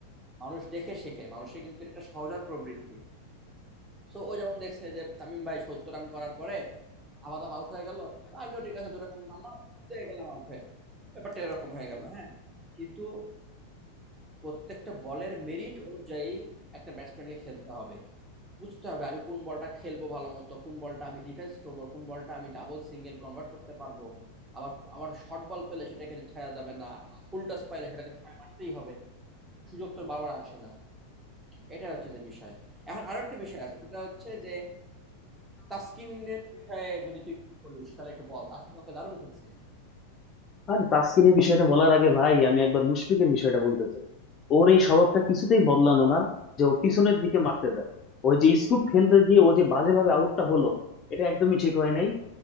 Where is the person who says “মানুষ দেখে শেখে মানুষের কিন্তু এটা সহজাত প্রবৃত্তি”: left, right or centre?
Right